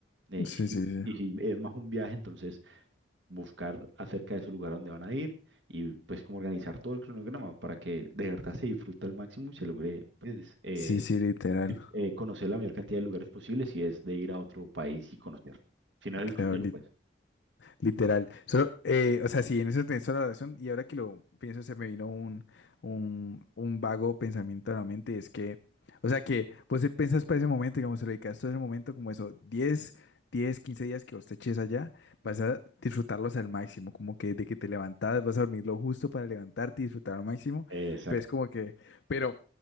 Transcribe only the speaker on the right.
eh,
y, y si es más un viaje, entonces buscar acerca de su lugar a donde van a ir y pues como organizar todo el cronograma para que de verdad se disfrute al máximo y se logre pues, eh,
eh, conocer la mayor cantidad de lugares posibles y es de ir a otro país y conocer. Si no es el crucero,
pues.
Ujú.
Eh, Exacto.